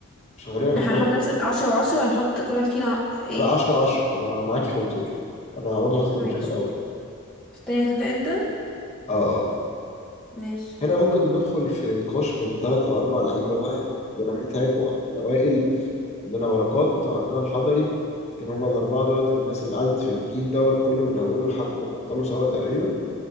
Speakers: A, on the left; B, in the centre.
A: عشان غالبا
B: احنا
A: احتمال
B: هنحط
A: كبير
B: نفس
A: ما-
B: 10 و10 وهنحط كل واحد فينا ايه
A: لا 10 10 فأنا معاكي في أبو تريكة أنا برضه حاطط أبو
B: ماشي
A: تريكة الأول
B: في التانية هتبدأ انت
A: اه اه
B: ماشي
A: هنا ممكن ندخل في نقاش من ثلاث او اربع لعيبه بقى يعني عندنا متعب وعندنا وائل عندنا بركات وعندنا الحضري كان هما الاربعه دولت الناس اللي قعدت في الجيل دوت كله من اوله لحد ما بطلوا سوا تقريبا